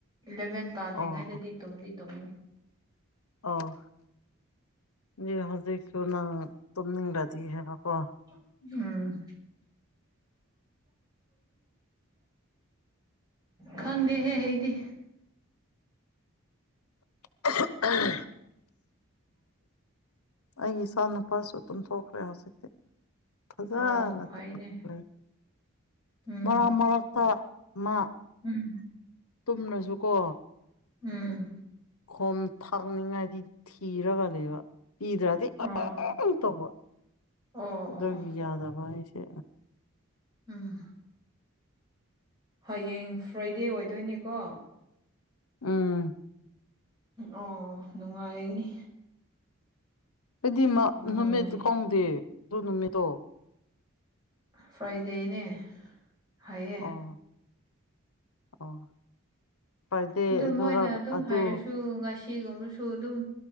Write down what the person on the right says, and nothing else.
ꯏꯂꯚꯦꯟ ꯇꯥꯗ꯭ꯔꯤꯉꯩꯗꯗꯤ
ꯇꯨꯝꯗꯤ ꯇꯨꯝꯒꯅꯤ
ꯎꯝ ꯈꯪꯗꯦꯍꯦ ꯑꯩꯗꯤ
ꯑꯣ ꯐꯩꯅꯦ
ꯎꯝ
ꯎꯝ
ꯎꯝ
ꯑꯣ
ꯑꯣ
ꯑꯣ
ꯎꯝ ꯍꯌꯦꯡ ꯐ꯭ꯔꯥꯏꯗꯦ ꯑꯣꯏꯗꯣꯏꯅꯤꯀꯣ
ꯑꯣ ꯅꯨꯡꯉꯥꯏꯒꯅꯤ
ꯅꯨꯡꯉꯥꯏ
ꯐ꯭ꯔꯥꯏꯗꯦꯅꯦ ꯍꯥꯏꯌꯦ
ꯑꯗꯨ
ꯃꯣꯏꯅ ꯑꯗꯨꯝ
ꯍꯥꯏꯔꯁꯨ ꯉꯁꯤ ꯁꯤꯒꯨꯝꯕꯁꯨ ꯑꯗꯨꯝ